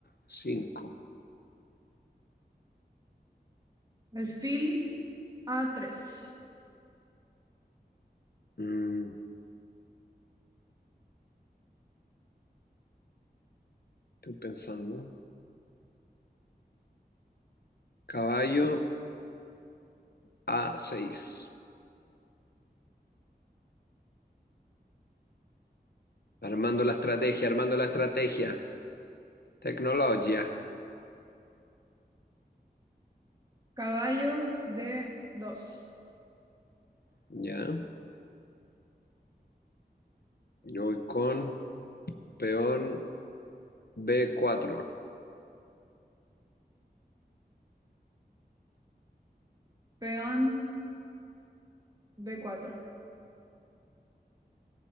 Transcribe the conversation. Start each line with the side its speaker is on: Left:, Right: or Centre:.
Left: cinco.
Right: alfil a tres,
Left: Mm, estoy pensando. Caballo A6. Armando la estrategia, armando la estrategia. Tecnología.
Right: caballo d dos,
Left: Ya. Yo voy con peón B4.
Right: peón b cuatro.